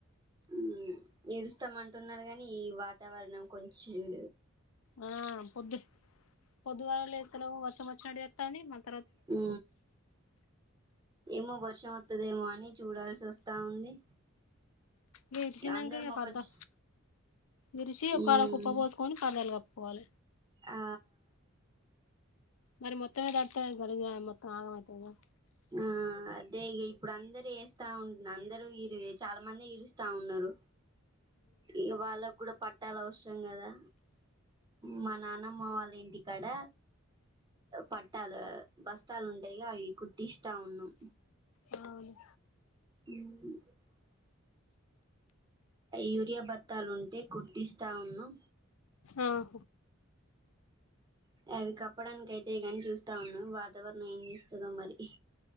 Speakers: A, on the right; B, on the left.
A: ఉ ఏడుస్తామంటున్నారు కాని ఈ వాతావరణం కొంచం
B: ఆ పొద్దు పొద్దుగాల లేస్తేనేమో వర్షం వచ్చినట్టు చేత్తాంది మళ్ళా
A: హ ఏమో వర్షం వత్తది ఏమో అని చూడాల్సి వస్తా ఉంది
B: విరిచినంక
A: అందరు
B: ఇక
A: మొక్కజొ
B: పర్ద విరిచి ఒకాడ
A: ఉమ్
B: కుప్ప పోసుుకొని పర్దాలు కప్పుకో పోల
A: ఆ
B: మరి మొత్తమే దడుత కలిగు మొత్తం ఆగ అవుతుద
A: ఆ అదే ఇ ఇప్పుడు అందరుూ వేస్తా ఉంటు అందరూ ఇరు చాలా మంది ఇరుస్తా ఉన్నారు ఇక వాళ్ళకు కూడా పట్టాలి అవసరం కదా మా నాన్నమ్మ వాళ్ళ ఇంటికి ఇక్కడ పట్టాలు బస్తాలు ఉంటాయి అవి కు ఇస్తా ఉన్నం
B: అవును
A: <unintelligible> యూరియా భత్తాలు ఉంటే కుట్టిస్తా ఉన్నం
B: ఆహ
A: అవి కప్పడానికి అయితయి గాని చూస్తా ఉన్నాం వాతావరణం ఏం చేస్తదో మరి